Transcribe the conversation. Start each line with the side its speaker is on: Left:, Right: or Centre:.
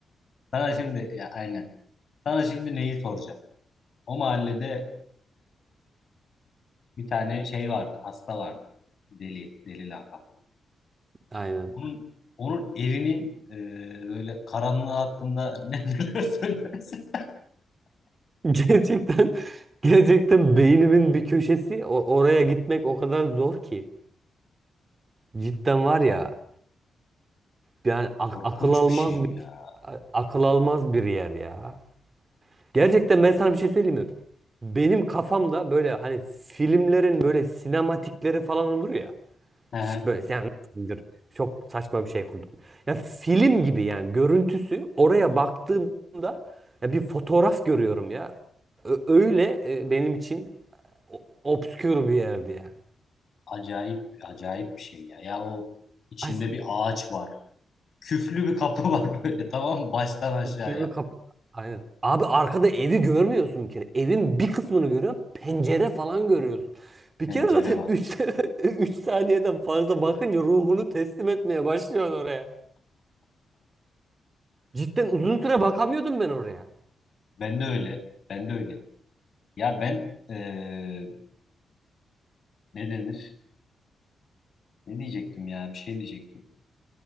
Left: sana şimdi ya aynen. Sana şimdi neyi soracağım? O mahallede bir tane şey vardı, hasta vardı. Deli, deli lakaplı.
Right: <laughs> Aynen.
Left: Onun onun evinin e, böyle karanlığı hakkında <laughs> ne- neler söylersin?
Right: <laughs> Gerçekten gerçekten beynimin bir köşesi o- oraya gitmek o kadar zor ki. Cidden var ya yani ak-
Left: Korkunç
Right: akıl almaz
Left: bir şey
Right: bir
Left: ya.
Right: a- akıl almaz bir yer ya. Gerçekten ben sana bir şey söyleyeyim mi? Benim kafamda böyle hani filmlerin böyle sinematikleri falan olur ya.
Left: Hı hı.
Right: Ş- Böyle yani nasıldır? Çok saçma bir şey kurdum. Ya film gibi yani görüntüsü oraya baktığımda ya bir fotoğraf görüyorum ya. Ö- Öyle e, benim için o- obskür bir yerdi yani.
Left: acayip, acayip bir şey ya. Ya o içinde
Right: Ay, s-
Left: bir ağaç var. Küflü bir kapı <laughs> var böyle tamam mı? Baştan aşağıya
Right: filmi kapı. Aynen. Abi arkada evi görmüyorsun bir kere. Evin bir kısmını görüyorsun. Pencere falan görüyorsun. Bir
Left: pencere
Right: kere zaten
Left: var.
Right: üç <laughs> 3 saniyeden fazla bakınca ruhunu teslim etmeye başlıyorsun oraya. Cidden uzun süre bakamıyordum ben oraya.
Left: Ben de öyle. Ben de öyle. Ya ben e, ne denir? Ne diyecektim ya? Bir şey diyecektim.